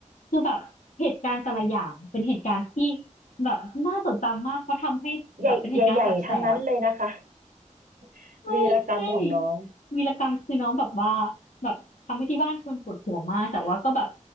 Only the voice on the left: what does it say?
คือแบบเหตุการณ์แต่ละอย่างเป็นเหตุการณ์ที่แบบน่าจดจำมากเพราะทำให้แบบเป็นเหตุการณ์แสบๆ
<laughs>
ใช่ใช่
วีรกรรมคือน้องแบบว่าแบบทำให้ที่บ้านชวนปวดหัวมากแต่ว่าก็แบบ